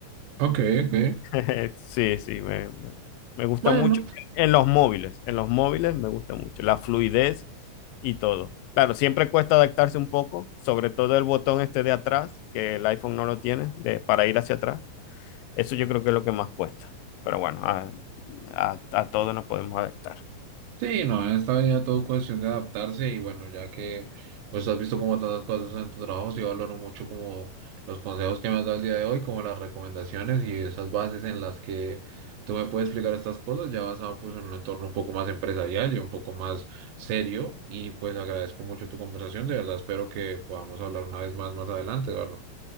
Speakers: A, on the right (about 90°); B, on the left (about 85°).
A: Ok, ok.
B: <laughs> Sí, sí, me, me- me gusta
A: Bueno.
B: mucho. En los móviles, en los móviles me gusta mucho, la fluidez y todo. Claro, siempre cuesta adaptarse un poco, sobre todo el botón este de atrás, que el iPhone no lo tiene, de, para ir hacia atrás. Eso yo creo que es lo que más cuesta. Pero bueno, a, a, a todos nos podemos adaptar.
A: Sí, no, en esta vida todo cuestión de adaptarse y bueno, ya que pues has visto como tantas cosas en tu trabajo, sí valoro mucho como los consejos que me has dado el día de hoy, como las recomendaciones y esas bases en las que tú me puedes explicar estas cosas, ya basado pues en un entorno un poco más empresarial y un poco más serio y pues agradezco mucho tu conversación, de verdad espero que podamos hablar una vez más más adelante, Eduardo.